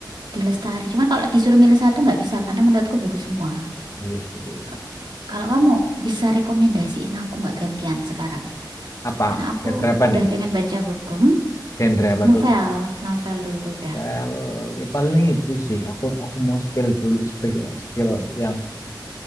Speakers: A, on the right; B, on the left.
A: Di Cuman kalau disuruh milih satu nggak bisa karena menurutku bagus semua.
B: Oh iya sih.
A: K- Kalau kamu bisa rekomendasiin aku nggak gantian sekarang?
B: Apa?
A: Karena aku
B: Genre apa
A: udah
B: nih?
A: pengen baca buku.
B: Genre
A: Ci-
B: apa
A: Novel,
B: dulu?
A: novel dulu dah.
B: Well, ya paling itu sih. Aku aku mau spill dulu, spill, spill yang